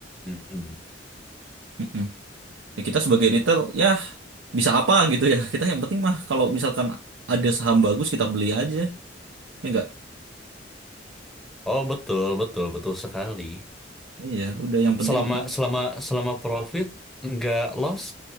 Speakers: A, in the centre; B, on the right (about 90°).
A: Mm-mm.
B: Mm-mm. Ya, kita sebagai retail ya bisa apa gitu ya. Kita yang penting mah kalau misalkan ada saham bagus kita beli aja. Ya enggak?
A: Oh betul, betul, betul sekali.
B: Iya, udah yang penting
A: Selama
B: kita
A: selama selama profit nggak loss,